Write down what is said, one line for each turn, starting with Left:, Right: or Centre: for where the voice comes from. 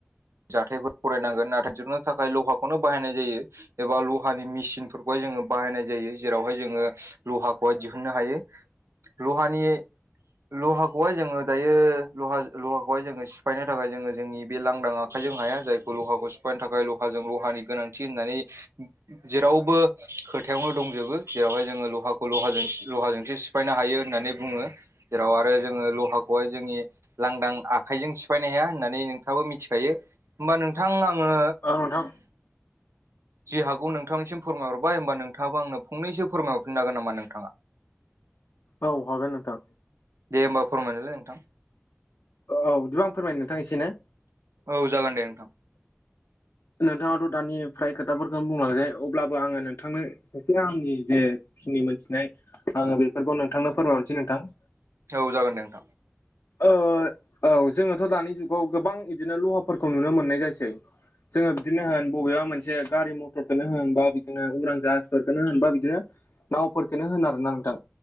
Right: जाथायफोर फरायनांगोन नाथाय दिरुननो थाखाय लहाखौनो बाहायनाय जायो एबा लहानि मेसिनफोरखौहाय जोङो बाहायनाय जायो जेरावहाय जोङो लहाखौहाय दिहुननो हायो लहानि लहाखौहाय जोङो दायो लहा लहाखौहाय जोङो सिफायनो थाखाय जोङो जोंनि बे लांदां आ खायजों हाया जायखौ लहाखौ सिफायनो थाखाय लहाजों लहानि गोनांथि होननानै जेरावबो खोथायावनो दंजोबो जेरावहाय जोङो लहाखौ लाहाजों लहाजोंसो सिफायनो हायो होननानै बुङो जेराव आरो जोङो लहाखौहाय जोंनि लांदां आखाइजों सिफायनो हाया होननानै नोंथाङाबो मि थिखायो होमबा नोंथां आङो
Left: औ नोंथां
Right: जि हागौ नोंथांनिसिम फोरमाय हरबाय होनबा नोंथाङाबो आंनो फंनैसो फोरमायहरफिननो हागोन नामा नोंथाङा
Left: औ हागोन नोंथां
Right: दे होमबा फोरमायनायलाय नोंथां
Left: औ बिदिबा आं फोरमायनो नोंथां एसे ना
Right: औ जागोन दे नोंथां
Left: नोंथाङाथ' दानि फ्राय खोथाफोरखौनो बुंलांजोबाय अब्लाबो आङो नोंथांनो सासे आंनि जे खिनि मोनथिनाय आङो बेफोरखौ नोंथांनो फोरमायहरनोसै नोंथां
Right: औ जागोन नोंथां
Left: ओ औ जोङोथ' दानि जुगाव गोबां बिदिनो लहाफोरखौ नुनो मोननाय जासै जोङो बिदिनो होन बबेबा मोनसे गारि मथरखौनो होनबा बिदिनो उरां जाहाजफोरखौनो होन बा बिदिनो नावफोरखोनो होन आरोना नोंथां